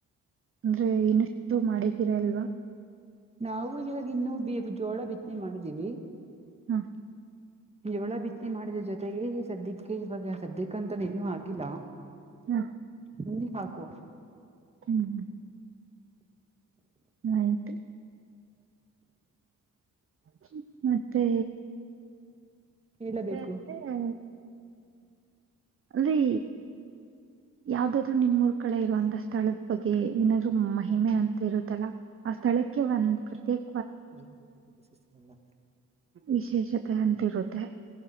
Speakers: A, on the right; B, on the right.
A: ಅಂದ್ರೆ ಇನ್ನಷ್ಟು ಮಾಡಿದ್ದೀರಾ ಅಲ್ವಾ
B: ನಾವು ಇವಾಗ ಇನ್ನುೂ ಬೇ ಜೋಳ ಬಿತ್ನೆ ಮಾಡಿದ್ದೀವಿ.
A: ಹ
B: ಜೋಳ ಬಿತ್ತಿ ಮಾಡಿದ ಜೊತೆಗೆೇ ಸದ್ಯಕ್ಕೆ ಇವಾಗ ಸದ್ಯಕ್ಕಂತ ನೀೇನು ಹಾಕಿಲ್ಲ
A: ಹ
B: ನಿಲ್ಲಿಿ ಹಾಕ ಕೋ
A: ಹ್ಮ್ ಆಯ್ತು ಹ ಮತ್ತೆ
B: ಹೇಳಬೇಕು
A: ಮತ್ತೆ ಅದೆ <inaudible> ಅಲ್ಲಿ ಯಾವ್ದಾದ್ರು ನಿಮ್ ರ್ ಕಡೆ ಇರುವಂತ ಸ್ಥಳದ ಬಗ್ಗೆ ಏನಾದ್ರು ಮಹಿಮೆ ಅಂತ ಇರುತ್ತಲ್ಲ ಆ ಸ್ಥಳಕ್ಕೆ ಒಂದ್ ಪ್ರತ್ಯೇಕ
B: ಏನ್ರಿ ಬ್ಯುಟಿ ಪರ್ಸಸ್ <inaudible> ಎಲ್ಲಾ
A: ವಿಶೇಷತೆ ಅಂತಿರುತ್ತೆ